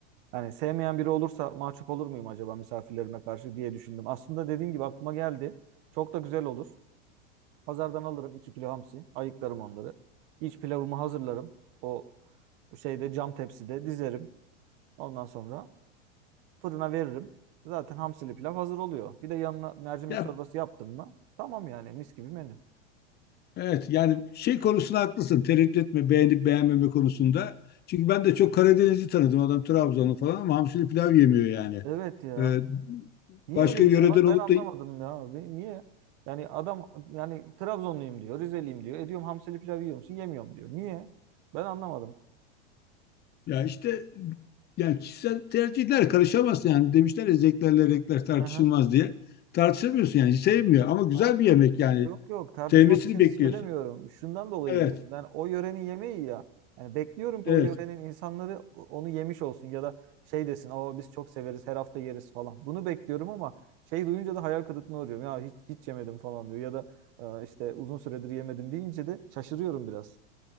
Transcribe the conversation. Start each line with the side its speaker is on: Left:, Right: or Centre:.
Right: Yani sevmeyen biri olursa mahcup olur muyum acaba misafirlerime karşı diye düşündüm. Aslında dediğin gibi aklıma geldi. Çok da güzel olur. Pazardan alırım 2 kilo hamsi. Ayıklarım onları. İç pilavımı hazırlarım. O şeyde cam tepside dizerim. Ondan sonra fırına veririm. Zaten hamsili pilav hazır oluyor. Bir de yanına mercimek
Left: Yap.
Right: çorbası yaptım mı? Tamam yani mis gibi menü.
Left: Evet. Yani şey konusunda haklısın. Tereddüt etme beğenip beğenmeme konusunda. Çünkü ben de çok Karadeniz'i tanıdım. Adam Trabzonlu falan ama hamsili pilav yemiyor yani.
Right: Evet ya.
Left: E,
Right: Niye
Left: başka
Right: öyle
Left: yöreden
Right: bir şey var?
Left: olup
Right: Ben anlamadım
Left: da
Right: ya abi. Niye? Yani adam yani Trabzonluyum diyor, Rizeliyim diyor. E diyorum hamsili pilav yiyor musun? Yemiyorum diyor. Niye? Ben anlamadım.
Left: Ya işte yani kişisel tercihler karışamazsın yani demişler ya zevklerle renkler tartışılmaz
Right: Hı hı.
Left: diye. Tartışamıyorsun yani sevmiyor ama güzel
Right: Ay-
Left: bir yemek yani.
Right: Yok yok tartışmak
Left: Sevmesini
Right: için
Left: bekliyorsun.
Right: söylemiyorum. Şundan dolayı
Left: Evet,
Right: diyorum. Ben o yörenin yemeği ya. Yani bekliyorum ki
Left: evet.
Right: o yörenin insanları onu yemiş olsun ya da şey desin, "Aa biz çok severiz, her hafta yeriz falan." Bunu bekliyorum ama şey duyunca da hayal kırıklığına uğruyorum. Ya hiç hiç yemedim falan diyor ya da "Aa, işte uzun süredir yemedim deyince de şaşırıyorum biraz.